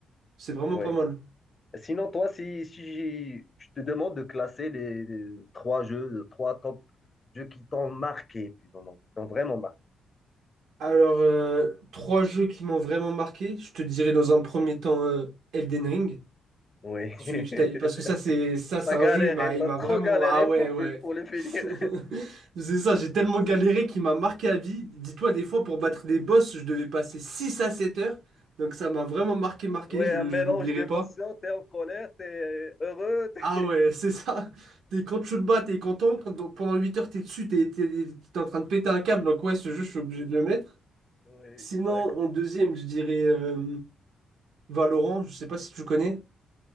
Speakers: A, on the right (about 80°); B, on the left (about 30°).
A: c'est vraiment
B: oui.
A: pas mal.
B: Sinon, toi, si, si je te demande de classer les, les trois jeux, les trois top jeux qui t'ont marqué, plus ou moins, qui t'ont vraiment marqué.
A: Alors, euh, trois jeux qui m'ont vraiment marqué. Je te dirais dans un premier temps euh, Elden Ring.
B: Oui. <laughs>
A: Celui que je t'ai- Parce que ça, c'est ça, c'est
B: T'as
A: un
B: galéré,
A: jeu, il m'a il
B: t'as
A: m'a
B: trop
A: vraiment.
B: galéré
A: Ah ouais,
B: pour,
A: ouais.
B: pour le finir.
A: <laughs> C'est ça, j'ai tellement galéré qu'il m'a marqué à vie. Dis-toi, des fois, pour battre des boss, je devais passer 6 à 7 heures. Donc ça m'a vraiment marqué, marqué,
B: Oui,
A: je,
B: un mélange
A: je l'oublierai
B: d'émotions,
A: pas.
B: t'es en colère, t'es heureux. t'es-
A: Ah ouais, <laughs> c'est ça. T'es, quand tu le bats, t'es content. Quand- pendant 8 heures, t'es dessus, t'es t'es- t'es en train de péter un câble. Donc ouais, ce jeu, je suis obligé de le mettre.
B: Oui,
A: Sinon,
B: d'accord.
A: en deuxième, je dirais euh, Valorant, je sais pas si tu connais.